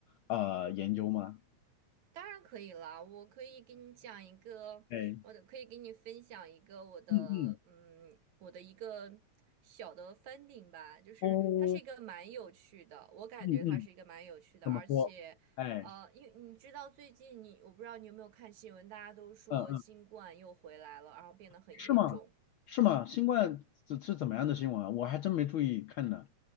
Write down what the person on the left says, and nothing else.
呃研究吗？
哎。
嗯嗯，
哦，
嗯嗯，怎么说？
哎，
嗯嗯，
是吗？是吗？新冠是是怎么样的新闻啊？我还真没注意看呢。